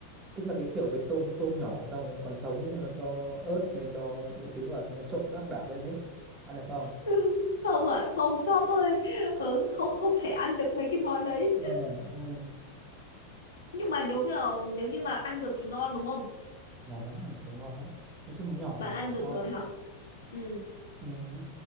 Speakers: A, on the right; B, on the left.
A: tức là cái kiểu cái tôm tôm nhỏ xong rồi nó còn sống thì nó cho ớt này cho mọi thứ vào xong nó trộn lắc đảo lên đấy. Ăn được không?
B: <laughs> không ạ không shop ơi ừ, không không thể ăn được mấy cái món đấy
A: Ừ. Ừ,
B: nhưng mà nếu mà nếu như mà ăn được thì ngon đúng không
A: ngon lắm, ăn cái đấy ngon lắm. Nói chung nó nhỏ
B: bạn
A: mà,
B: ăn được
A: ngon.
B: rồi hả ừ
A: Ừ,